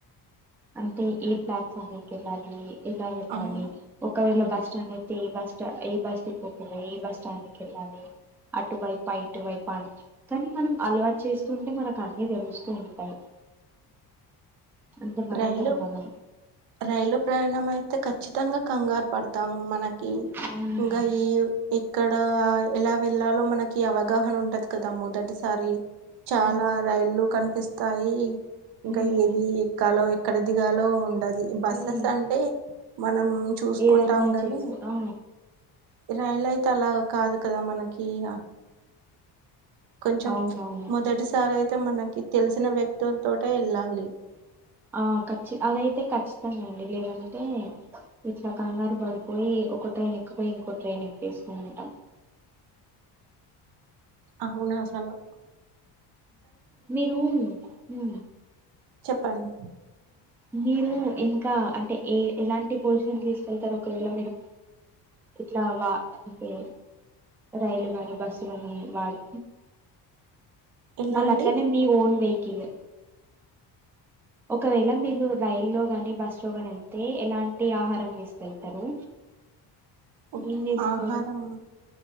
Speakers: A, in the centre; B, on the right (about 70°).
A: అంటే ఏ ప్లాట్ఫారం కి వెళ్ళాలి ఎలా వెళ్ళాలి
B: అవును
A: ఒకవేళ బ. స్టాండ్ అయితే బస్ స్టా ఏ బస్ దిి ఏ బస్ స్టాండ్కి వెళ్ళాలి అటువైపు ఇటువైపు అ కానీ మనం అలవాటు చేస్తూ ఉంటే మనకు అన్నిీ తెలుస్తూ ఉంటాయి. అంటే మనంతల
B: రైలు
A: మనం
B: రైలు ప్రయాణం అయితే ఖచ్చితంగా కంగారు పడతాము మనకి
A: అవునండి
B: ఇంకా ఈ ఇక్కడ ఎలా వెళ్లాలో మనకి అవగాహన ఉండది కదా మొదటిసారి చాలా
A: ఉమ్
B: రైళ్లు కనిపిస్త తాయి ఇంకా
A: ఉమ్
B: ఏది ఎక్కడ దిగాలో ఉండదు బస్సెస్
A: ఉమ్.
B: అంటే. మనం చూసుకుంటాము
A: ఏదన్నా
B: కానీ
A: చేసు ఆ
B: రైలు అయితే అలా కాదు కదా మనకి ఇ కొంచెం
A: అవునవును
B: మొదటిసారాయితే అ మనకి తెలిసిన వ్యక్తుల తోటే వెళ్ళాలి.
A: ఆ ఖచ్చిత అదైతే ఖచ్చితంగా అండి లేదంటే ఇట్లా కంగారు పడిపోయి ఒక ట్రైన్ ఎక్కుపోయి ఇంకో ట్రైన్ ఎక్వేస్తూ ఉంటాం.
B: అవును అస్సలు
A: మీఊరు ఉ
B: చెప్పండి
A: మీరు ఇంకా అంటే ఏ ఎలాంటి భోజనం తీసుకెళ్తారు. ఒకవేళ మీరు ఇట్లా వా అంటే రైలు కాని బస్సు కాని వాడు
B: ఇలాంటి
A: మళ్ళ అట్లనే మీ ఓన్ వెహికల్ ఒకవేళ మీరు రైల్లో గాని, బస్లో గాని వెళ్తే ఎలాంటి ఆహారం తీసుకెళ్తారు.
B: ఓకే
A: ఏం చేస్తారు
B: ఆహారమ్